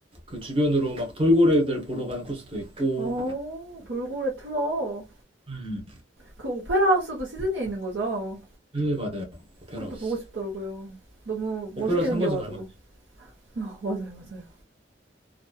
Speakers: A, on the right (about 30°); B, on the right (about 85°).
A: 그 주변으로 막 돌고래들 보러 가는 코스도 있고
B: 어, 돌고래 투어.
A: 음.
B: 그 오페라 하우스도 시드니에 있는 거죠?
A: 네 맞아요 오페라하우스
B: 그것도 보고 싶더라고요. 너무
A: 오페라하우스
B: 멋있게 생겨가지고.
A: 한 번쯤 갈만해요
B: 아, 맞아요, 맞아요.